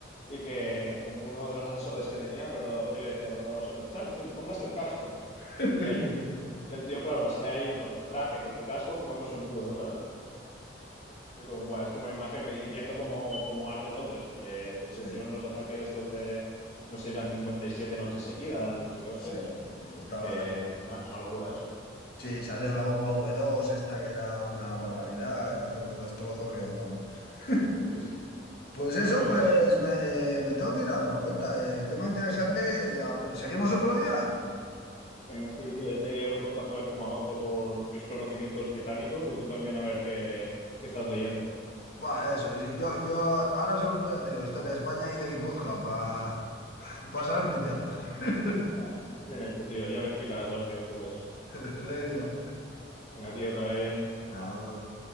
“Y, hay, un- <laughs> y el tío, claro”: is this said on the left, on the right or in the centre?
Left